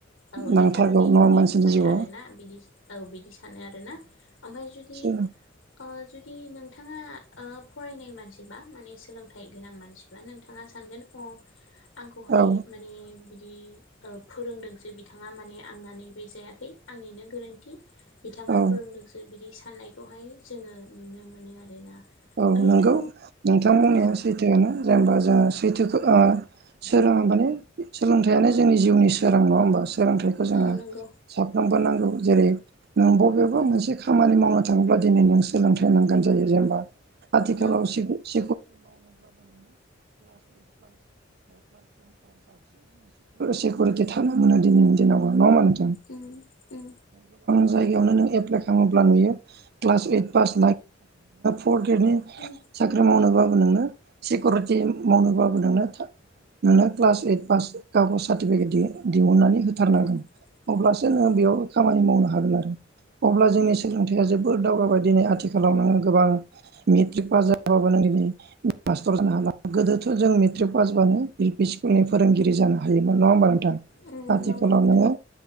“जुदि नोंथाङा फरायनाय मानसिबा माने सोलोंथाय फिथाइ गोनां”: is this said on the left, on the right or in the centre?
Left